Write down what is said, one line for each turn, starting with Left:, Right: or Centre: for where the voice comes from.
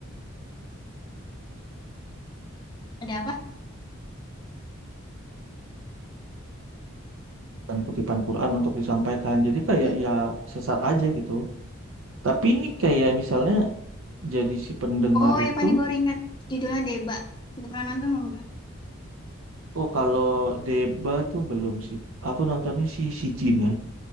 Left: Ada apa?
Right: kutipan-kutipan Quran untuk disampaikan. Jadi kayak
Left: Mm.
Right: ya sesat aja gitu. Tapi ini kayak misalnya jadi si pendengar
Left: Oh ya
Right: itu,
Left: Fani baru ingat. Judulnya Deba. Udah pernah nonton belum? Kak?
Right: oh kalau Deba tuh belum sih. Aku nontonnya si si Jin ya.